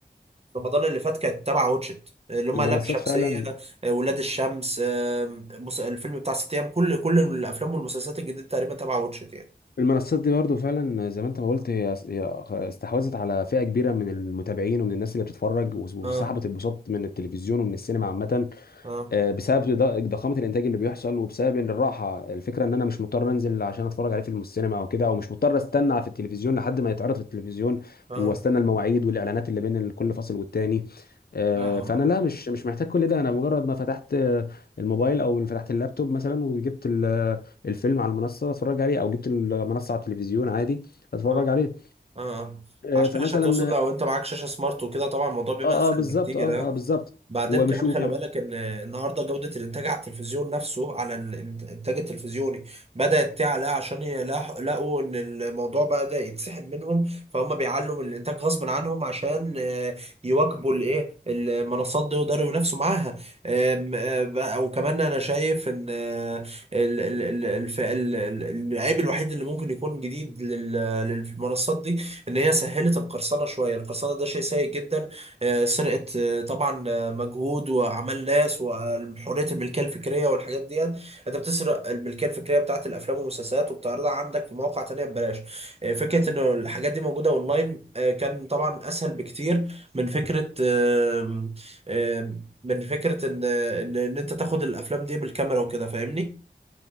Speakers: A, on the right; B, on the left.
A: رمضان اللي فات كانت تبع واتشت اللي هم
B: المنصات
A: لام شمسية
B: فعلا
A: آه، ولاد الشمس آه، مس- الفيلم بتاع ست ايام كل كل الافلام والمسلسلات الجديدة تقريبا تبع واتشت يعني
B: المنصات دي برضو فعلا زي ما انت ما قلت هي هي استحوذت على فئة كبيرة من المتابعين ومن الناس اللي بتتفرج وسحبت
A: اه
B: البساط من التلفزيون ومن السينما عامة
A: اه
B: آه، بسبب ض- ضخامه الانتاج اللي بيحصل وبسبب ان الراحه الفكره ان انا مش مضطر انزل عشان اتفرج عليه في السينما او كده او مش مضطر استنى في التلفزيون لحد ما يتعرض في التلفزيون
A: اه
B: واستنى المواعيد والاعلانات اللي بين كل فاصل والتاني آه،
A: آه.
B: فانا لا مش مش محتاج كل ده انا مجرد ما فتحت آه، الموبايل او فتحت اللابتوب مثلا وجبت ال- آه، الفيلم على المنصه اتفرج عليه او جبت المنصه على التلفزيون عادي اتفرج
A: اه
B: عليه
A: اه
B: آه،
A: عشان
B: فمثلا
A: عشان توصل لو انت معاك شاشة سمارت وكده طبعا الموضوع بيبقى
B: اه
A: اسهل
B: اه بالظبط
A: بكتير
B: اه
A: آه.
B: اه بالظبط
A: بعدين
B: ومش
A: كمان
B: وكم-
A: خلي بالك ان النهارده جوده الانتاج على التلفزيون نفسه على الانتاج التلفزيوني بدات تعلى عشان يلاح- لقوا ان الموضوع بدا يتسحب منهم فهم بيعلوا من الانتاج غصب عنهم عشان آه، يواكبوا الايه المنصات دي ويقدروا ينافسوا معاها آم، آه، بقى- وكمان انا شايف ان آه، ال- ال- ال- الف- ال- ال- العيب الوحيد اللي ممكن يكون جديد لل- للمنصات دي ان هي سهلت القرصنه شويه القرصنه ده شيء سيء جدا آه، سرقة طبعا مجهود وعمل ناس وحريه الملكيه الفكريه والحاجات دي انت بتسرق الملكيه الفكريه بتاعت الافلام والمسلسلات وبتعرضها عندك في مواقع تانية ببلاش آه، فكره ان الحاجات دي موجوده اونلاين آه، كان طبعا اسهل بكتير من فكره آم، آم، من فكره ان ان إن انت تاخد الافلام دي بالكاميرا وكده فاهمني